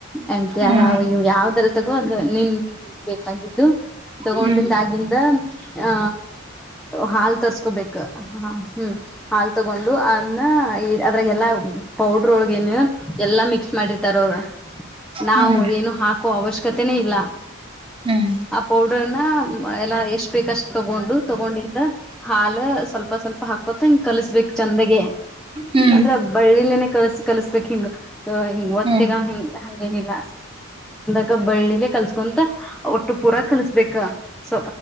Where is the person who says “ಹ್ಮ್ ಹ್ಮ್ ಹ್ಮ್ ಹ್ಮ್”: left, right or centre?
Right